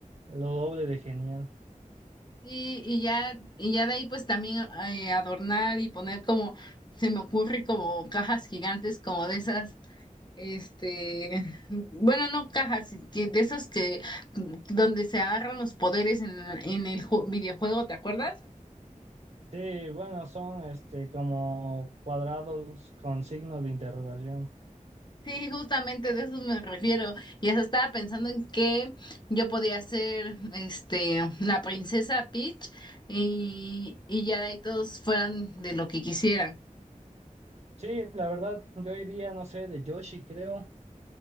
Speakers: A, on the right (about 50°); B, on the left (about 35°).
A: lo doble de genial.
B: Sí, y ya, y ya de ahí pues también eh, adornar y poner como, se me ocurre como cajas gigantes, como de esas, este, bueno, no cajas, que de esas que, donde se agarran los poderes en, en el ju- videojuego, ¿te acuerdas?
A: Sí, bueno, son este como cuadrados con signos de interrogación.
B: Sí, justamente de eso me refiero. Y hasta estaba pensando en que yo podía ser, este, la princesa Peach y, y ya de ahí todos fueran de lo que quisieran.
A: Sí, la verdad, yo iría, no sé, de Yoshi, creo.